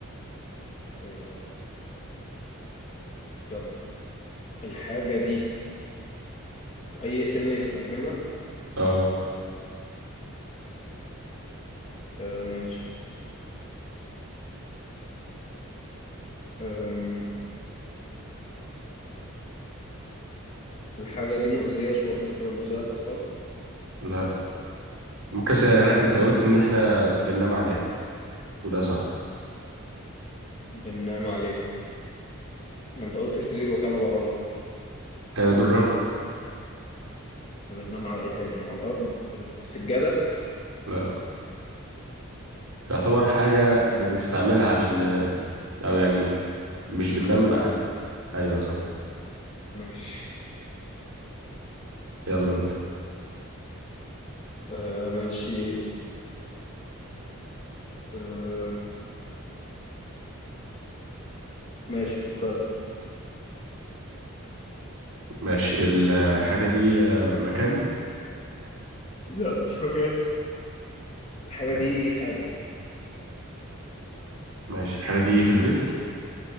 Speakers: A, on the left (about 30°); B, on the right (about 75°).
A: أه، استنى الحاجة دي أي سن يستخدمها
B: <laughs> اه
A: أه ماشي أم، الحاجة دي مؤذية شوية ممكن تبقى مؤذية للأطفال
B: لا ممكن أسألها لك أنت قلت إن إحنا بننام عليها وده صح
A: بننام عليها ما أنت قلت سرير وكنبة غلط
B: أيوة دول غلط
A: احنا بننام على ايه تاني على الارض سجادة
B: لا يعتبر حاجة بنستعملها عشان ننام أو يعني مش
A: مخدة
B: بننام عليها أيوة صح
A: ماشي
B: يلا انت.
A: آه ماشي آه ماشي فكرت
B: ماشي الحاجة دي آه، مكان
A: لا مش مكان الحاجة دي
B: آه،
A: حاجة
B: ماشي الحاجة دي في البيت